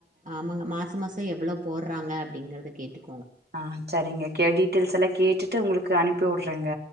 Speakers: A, on the right; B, on the right.
A: ஆமாங்க மாசோ மாசோ எவ்ளோ போடுறாங்க அப்டிங்கறத கேட்டு
B: ஆ சரிங்க கே டீட்டெய்ல்ஸ் எல்லா கேட்டுட்டு உங்களுக்கு அனுப்பி உட்றேங்க